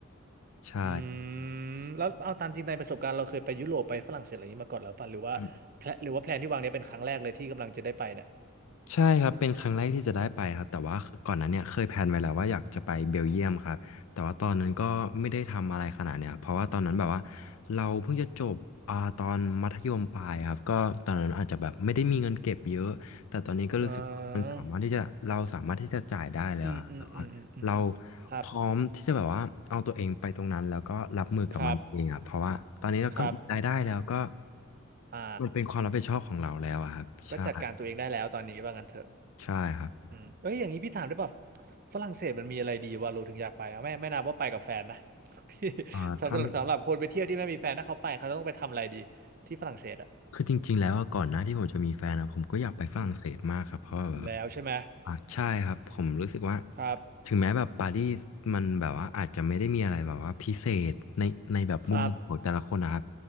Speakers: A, on the left; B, on the right.
A: ใช่
B: อืมแล้วเอาตามจริงในประสบการณ์เราเคยไปยุโรปไปฝรั่งเศสอะไรอย่างนี้มาก่อนแล้วป่ะหรือว่าแพลนหรือว่าแพลนที่วางเนี้ยเป็นครั้งแรกเลยที่กำลังจะได้ไปเนี่ย
A: อืมใช่ครับเป็นครั้งแรกที่จะได้ไปครับแต่ว่าก่อนหนั้นเนี่ยเคยแพลนไว้แล้วว่าอยากจะไปเบลเยียมครับแต่ว่าตอนนั้นก็ไม่ได้ทำอะไรขนาดเนี่ยเพราะว่าตอนนั้นแบบว่าเราเพิ่งจะจบอ่าตอนมัธยมปลายครับก็ตอนนั้นอาจจะแบบไม่ได้มีเงินเก็บเยอะแต่ตอนนี้ก็รู้สึกว่ามันสามารถที่จะเราสามารถที่จะจ่ายได้แล้วอะแบบว่าเรา
B: อ่าอืมอืมอืมอืมอืมครับ
A: พร้อมที่จะแบบว่าเอาตัวเองไปตรงนั้นแล้วก็รับมือกับมันเองอ่ะเพราะว่าตอนนี้เราก็มีรายได้แล้วก็
B: ครับครับอ่า
A: มันเป็นความรับผิดชอบของเราแล้วอะครับใช่
B: ก็จัดการตัวเองได้แล้วตอนนี้ว่างั้นเถอะ
A: ใช่ครับ
B: อืมเอ้ยอย่างนี้พี่ถามได้ป่ะฝรั่งเศสมันมีอะไรดีวะเราโลถึงอยากไปอะไม่ไม่นับว่าไปกับแฟนนะ <laughs> พี่
A: อ่าถ้าไม่
B: สำหรับสำหรับคนไปเที่ยวที่ไม่มีแฟนถ้าเขาไปเขาต้องไปทำอะไรดีที่ฝรั่งเศสอะ
A: คือจริงๆแล้วอะก่อนหน้าที่ผมจะมีแฟนนะผมก็อยากไปฝรั่งเศสมากครับเพราะแบบว่า
B: อืมอยู่แล้วใช่ไหม
A: อ่ะใช่ครับผมรู้สึกว่า
B: ครับ
A: ถึงแม้แบบปารีสมันแบบว่าอาจจะไม่ได้มีอะไรแบบว่าพิเศษในในแบบมุมมองของแต่ละคนนะครับ
B: ครับ